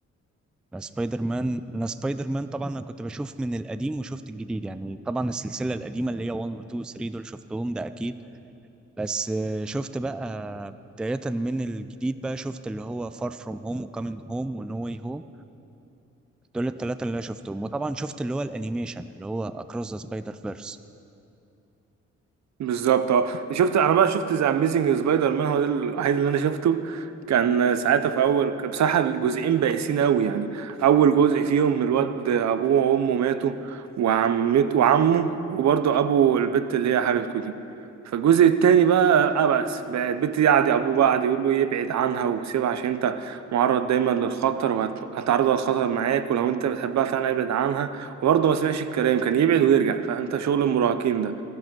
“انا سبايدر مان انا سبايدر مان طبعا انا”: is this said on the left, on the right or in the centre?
Centre